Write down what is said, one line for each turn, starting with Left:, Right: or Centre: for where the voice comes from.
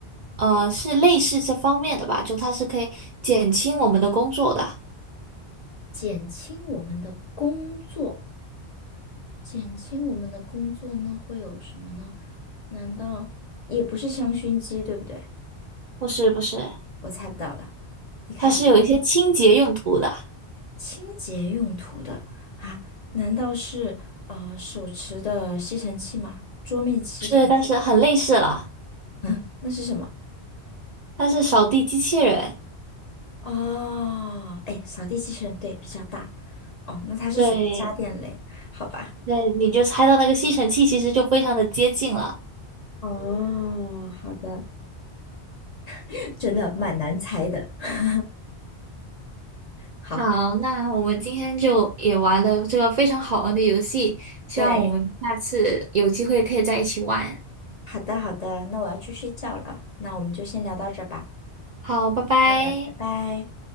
Right: 呃是类似这方面的吧，就它是可以减轻我们的工作的，
Left: 减轻我们的工作，减轻我们的工作呢，会有什么呢？难道也不是香薰机，对不对？
Right: 不是不是，
Left: 我猜不到了，你开吧。
Right: 它是有一些清洁用途的，
Left: 清洁用途的啊？难道是呃手持的吸尘器吗？桌面吸尘器？
Right: 是，但是很类似了，
Left: 嗯，那是什么？
Right: 它是扫地机器人，
Left: 哦，哎，扫地机器人，对，比较大。哦，那它是属于家电类，
Right: 对，
Left: 好吧？
Right: 对，你就猜到那个吸尘器其实就非常的接近了。
Left: 哦，好的，<laughs> 真的蛮难猜的。<laughs> 好，
Right: 好，那我们今天就也玩了这个非常好玩的游戏，希望我们下次有机会可以在一起玩。
Left: 对，好的，好的，那我要去睡觉了，那我们就先聊到这儿吧。
Right: 好，拜拜。
Left: 好的，拜拜。